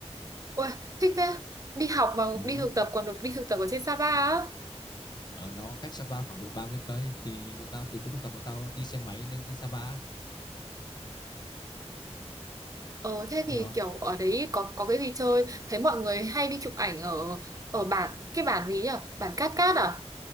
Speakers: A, on the right (about 30°); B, on the left (about 40°).
A: Ôi, thích thế. Đi học mà
B: ừ
A: đi thực tập còn được đi thực tập ở trên Sapa á.
B: ở nó cách Sapa khoảng độ ba mươi cây thì bọn tao từ chỗ thực tập bọn tao đi xe máy lên trên Sapa
A: Ờ thế thì
B: hiểu không
A: kiểu ở đấy có có cái gì chơi? Thấy mọi người hay đi chụp ảnh ở ở bản cái bản gì nhỉ? Bản Cát Cát à?